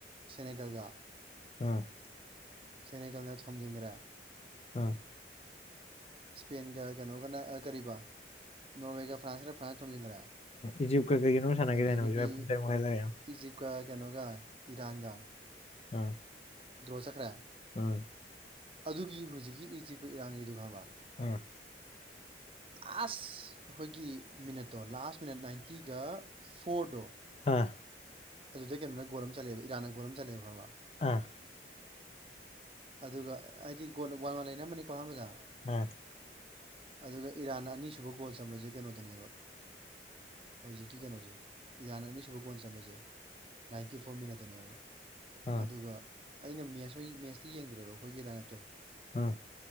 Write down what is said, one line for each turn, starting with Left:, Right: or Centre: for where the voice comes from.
Right: ꯁꯅꯤꯒꯒ
Left: ꯎꯝ
Right: ꯁꯦꯅꯦꯀꯜꯗ ꯊꯝꯖꯤꯡꯒ꯭ꯔꯥ
Left: ꯎꯝ
Right: ꯏꯁꯄꯦꯟꯒ ꯀꯩꯅꯣꯒꯅ ꯀꯕꯥ ꯅꯣꯔꯋꯦꯒ ꯐ꯭ꯔꯥꯟꯁꯒꯅ ꯐ꯭ꯔꯥꯟꯁꯅ ꯊꯣꯝꯖꯤꯟꯈ꯭ꯔꯦ
Left: ꯏꯖꯤꯞ ꯀꯩꯒꯤꯅꯣ ꯁꯥꯟꯅꯒꯗꯅ
Right: ꯑꯗꯒꯤꯗꯤ
Left: ꯍꯧ
Right: ꯏꯖꯤꯞꯀ ꯀꯩꯅꯣꯒ ꯏꯔꯥꯡꯒ
Left: ꯎꯝ
Right: ꯗ꯭ꯔꯣ ꯆꯈ꯭ꯔ
Left: ꯎꯝ
Right: ꯑꯗꯨꯒꯤ ꯍꯧꯖꯤꯛꯀꯤ ꯏ ꯆꯤꯛꯄ ꯏꯔꯥꯡꯉꯩꯗꯨ ꯈꯡꯉꯥꯕꯥ
Left: ꯎꯝ
Right: ꯂꯥꯁ ꯑꯩꯈꯣꯏꯒꯤ ꯃꯤꯅꯠꯇꯣ ꯂꯥꯁ ꯃꯤꯅꯠ ꯅꯥꯏꯟꯇꯤꯒ ꯐꯣꯔꯗꯣ
Left: ꯑꯥ
Right: ꯑꯗꯨꯗ ꯀꯩꯅꯣ ꯒꯣꯜ ꯑꯃ ꯆꯂꯦꯕ ꯏꯔꯥꯟꯅ ꯒꯣ ꯑꯃ ꯆꯠꯂꯦꯕꯃ
Left: ꯑꯥ
Right: ꯑꯗꯨꯒ ꯑꯩꯗꯤꯒꯣ ꯋꯥꯟ ꯋꯥꯟ ꯂꯩꯅꯔꯝꯝꯕꯅꯤꯀꯣ ꯑꯍꯥꯟꯕꯗ
Left: ꯎꯝ
Right: ꯑꯗꯨꯒ ꯏꯔꯥꯟ ꯑꯅꯤꯁꯨꯕ ꯒꯣꯜ ꯆꯝꯕꯁꯦ ꯀꯩꯅꯣꯗꯅꯦꯕ ꯍꯧꯖꯤꯛꯀꯤ ꯀꯩꯅꯣꯁꯦ ꯏꯖꯥꯟ ꯑꯅꯤꯁꯨꯕ ꯀꯣꯟ ꯆꯟꯕꯥꯁꯦ ꯅꯥꯏꯟꯇꯤ ꯐꯣꯔ ꯃꯤꯅꯇꯅꯦꯕ
Left: ꯑꯥ
Right: ꯑꯗꯨꯒ ꯑꯩꯅ ꯃꯦꯁ ꯃꯦꯠꯁꯇꯤ ꯌꯦꯡꯗ꯭ꯔꯦꯕ ꯑꯩꯈꯣꯏꯒꯤ ꯂꯥꯏꯅꯥꯠꯇꯣ
Left: ꯑꯝ